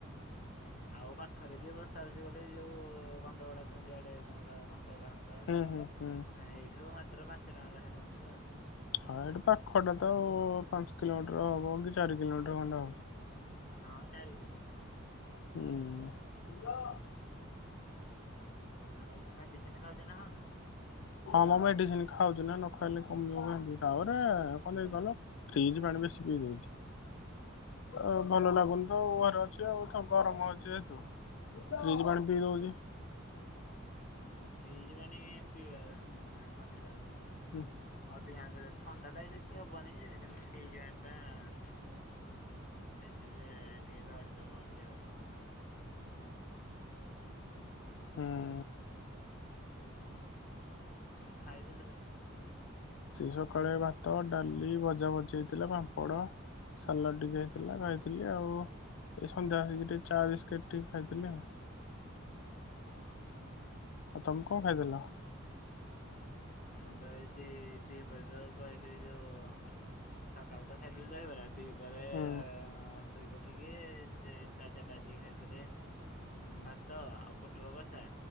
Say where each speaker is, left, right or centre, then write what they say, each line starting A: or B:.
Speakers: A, on the left (about 40°); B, on the left (about 65°).
A: ଆଉ ପାଖରେ ଯିଏ ବସା ବସି ଗଲେ ଯୋଉ ଘଣ୍ଟଗୋଡ ଯୁଆଡେ ତମର ଘଣ୍ଟଗୋଡା ହୁ ତଡ଼ା
B: ହୁଁ ହୁଁ। ହୁଁ।
A: ହେଇଠୁ ମାତ୍ର ପାଞ୍ଚ ଟଙ୍କା ବେଖା ନେଉଥିବେ ଆଉ।
B: ହଁ ଏଠି ପାଖଟା ତ ଆଉ, ପାଞ୍ଚ କିଲୋମିଟର ହବ କି ଚାରି କିଲୋମିଟର ଖଣ୍ଡେ ହବ।
A: ହଁ ଚାରି କିଲୋମିଟର ହବ।
B: ହୁଁ।
A: ଆଉ କଣ ମେଡିସିନ ଖାଉଚ ନା ଖାଉନ?
B: ହଁ ମୁଁ ମେଡିସିନ ଖାଉଛି ନା ନ ଖାଇଲେ କମିବ କେମତି। ତାପରେ କଣ ହେଚି କହିଲ ଫ୍ରିଜ ପାଣି ବେଶି ପିଇ ଦଉଛି।
A: ଓହୋ।
B: ଆଉ ଭଲ ଲାଗୁନି ତ ଘରେ ଅଛି ଆଉ ଗରମ ହଉଛି ଯେହେତୁ ଫ୍ରିଜ ପାଣି ପିଇ
A: ହୁଁ
B: ଦଉଚି।
A: ହଁ ଫ୍ରୀଜ୍ ପାଣି ପିଇବା କଥା ନୁହେଁ ନଥିଲା ତମକୁ।
B: ହୁଁ।
A: ଅଧିକାଂଶ ଥଣ୍ଡା ଟା କିଛି ହବନି ଯେ, ତେଣୁ ଫ୍ରିଜ୍ନ୍ ପାଣି ଟା ସେ ସ୍ତିରେ ଟିକେ ଧରିଦବ ଦେହକୁ।
B: ହୁଁ।
A: ଆ ତମ ଖାଇଦେଲେ ଭାଇ।
B: ସେଇ ସକାଳେ ଭାତ ଡାଲି ଭଜା ଭଜି ହେଇଥିଲା ପାମ୍ପଡ଼। ସାଲାଡ଼ ଟିକେ ହେଇଥିଲା ଖାଇଥିଲି ଆଉ ଏଇ ସନ୍ଧ୍ୟା ହେଇକି ଟିକେ ଚାହା ବିସ୍କିଟ ଟିକେ ଖାଇଥିଲି ଆଉ।
A: ହଁ।
B: ଆଉ ତମେ କଁ ଖାଇଥିଲ।
A: ମୁଁ ତ ଏଇ ଦି ଦିହିପରେ ତ କହିଲି ଯୋଉ ସକାଳୁ ତ ଖାଇଥିଲି ଦହିବରା ଦି ପହରେ
B: ହୁଁ
A: ଅଁ ଶୋଇ ଉଠିକି ସେ ସାଢ଼େ ଚାରଟା ଆସିକି ଖାଇଥିଲି। ହୁଁ ଭାତ ଆଉ ପୋଟୋଳୋ କଷା